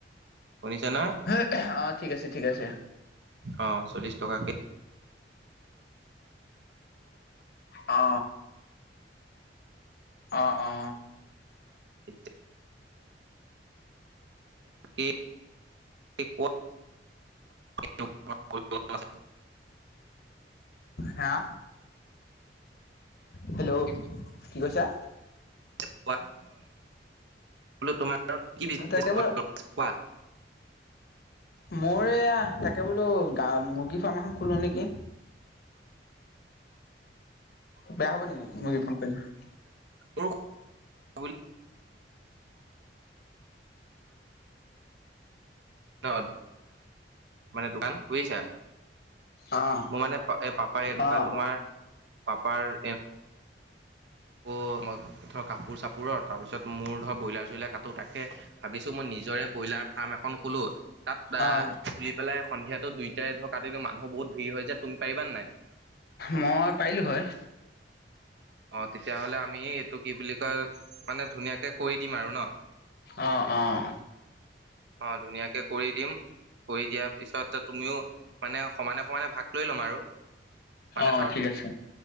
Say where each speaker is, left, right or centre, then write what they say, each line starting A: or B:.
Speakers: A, on the right (about 80°); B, on the left (about 60°).
A: শুনিছা নহয়
B: হ, অ' ঠিক আছে, ঠিক আছে।
A: অ' চল্লিশ টকা
B: অ। অ, অ।
A: এ, কি? ক <unintelligible> <inaudible>
B: হা। হেল্ল' কি কৈছা?
A: তোমাৰ
B: তাতে বোলো মই এয়া তাকে বোলো গা মুৰ্গী ফাৰ্ম এখন খোলো নেকি? বেয়া হ'ব নেকি মুগী ফাম খুলিলে?
A: অ'। <inaudible> ন মানে দোকান বুজিছা?
B: অঁ
A: মোৰ মানে প এ পাপাই এনেকুৱা
B: অঁ
A: তোমাৰ পাপাৰ আকৌ মই ধৰ কাপোৰ-চাপোৰৰ তাৰপিছত মোৰ ধৰ ব্ৰইলাৰ-চইলাৰ কাটোঁ। তাকে ভাবিছোঁ মই নিজৰে ব্ৰইলাৰ ফাৰ্ম এখন খুলো ।তাত
B: অঁ
A: তুলি পেলাই সন্ধিয়াটো দুইটাই ধৰ কাটিলো মানুহ বহুত ভিৰ হৈ যে তুমি পাৰিবা নাই?
B: মই পাৰিলোঁ হয়।
A: অ' তেতিয়াহ'লে আমি এইটো কি বুলি কয় মানে ধুনীয়াকে কৰি দিম আৰু ন।
B: অ' অ'।
A: অ' ধুনীয়াকে কৰি দিম। কৰি দিয়াৰ পিছত তুমিও মানে সমানে সমানে ভাগ লৈ লম আৰু। মানে
B: অঁ
A: ধৰ
B: ঠিক আছে